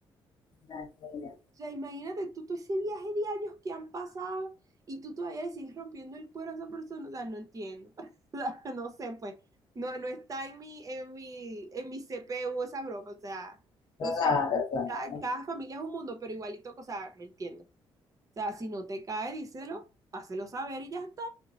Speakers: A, on the left; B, on the right.
A: La niña.
B: O sea, imagínate tú todo ese viaje de años que han pasado y tú todavía le sigues rompiendo el cuero a esa persona. O sea, no entiendo. <laughs> O sea, no sé, pues. No, no está en mi, en mi, en mi CPU esa broma. O sea, no
A: Claro,
B: sé.
A: claro.
B: Cada, cada familia es un mundo, pero igualito, o sea, no entiendo. O sea, si no te cae, díselo, hácelo saber y ya está.